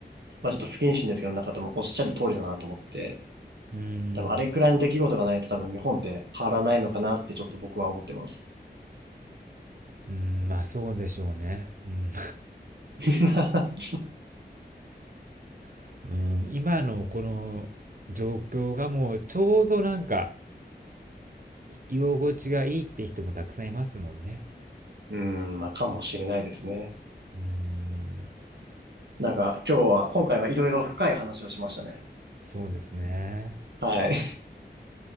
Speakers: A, on the right; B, on the right.
A: まあちょっと不謹慎ですけど、なんか多分おっしゃる通りだなと思ってて、
B: うー
A: 多分あれくらいの出来事がないと多分日本って変わらないのかなってちょっと僕は思ってます。
B: ん。うん、まあそうでしょうね。うん。
A: <laughs>
B: <laughs> うん今のこの状況がもうちょうどなんか居心地がいいって人もたくさんいますもんね。
A: うん、まあかもしれないですね。
B: うーん。
A: なんか今日は、今回はいろいろ深い話をしましたね。
B: そうですね。
A: はい。<laughs>